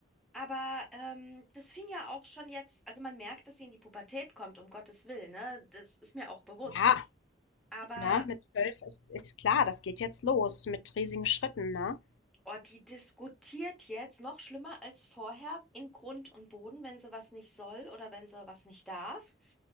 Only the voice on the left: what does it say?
Ja,
ne, mit zwölf ist, ist klar, das geht jetzt los mit riesigen Schritten, ne?